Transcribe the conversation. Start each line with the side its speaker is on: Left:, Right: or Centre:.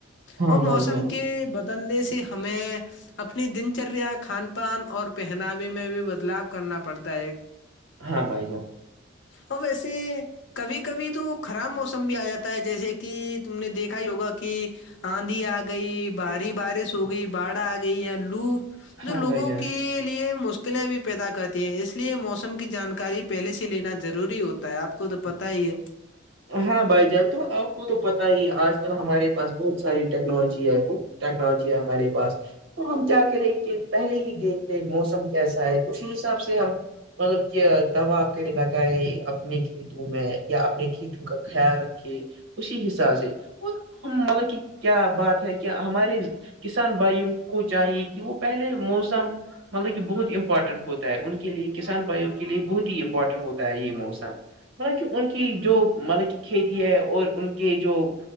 Right: ہاں
Left: وہ موسم
Right: بھائی جان
Left: کے بدلنے سے ہمیں اپنی دن چریا کھان پان اور پہناوا میں بھی بدلاؤ کرنا پڑتا ہے ایک
Right: ہاں بھائی جان
Left: ہاں ویسے کبھی کبھی تو خراب موسم بھی آ جاتا ہے جیسے کہ تم نے دیکھا ہی ہوگا کہ آندھی آ گئی بھاری بارش ہو گئی باڑھ آ گئی یا لو جو
Right: ہاں
Left: لوگوں
Right: بھائی جان
Left: کے لیے مشکلیں بھی پیدا کرتی ہیں اس لیے موسم کی جانکاری پہلے سے لینا ضروری ہوتا ہے آپ کو تو پتا ہی ہے
Right: ہاں بھائی جان تو آپ کو تو پتا ہی ہے آج کل ہمارے پاس بہت ساری ٹیکنالوجی ہے اب ٹیکنالوجی ہے ہمارے پاس تو ہم کیا کرے کہ پہلے ہی دیکھ لے موسم کیسا ہے اسی حساب سے ہم مطلب کہ دوا پھر لگای اپنے کھیتوں میں یا اپنی کھت کا خیال رکھے اسی حساب سے وہ ہم مطلب کہ کیا بات ہے کہ ہمارے کسان بھائیوں کو چاہیے کہ وہ پہلے موسم مطلب کہ بہت امپارٹنٹ ہوتا ہے ان کے لیے کسان بھائیوں کے لیے بہت ہی امپورٹنٹ ہوتا ہے یہ موسم مطلب کہ ان کی جو مطلب کہ کھیتی ہے اور ان کے جو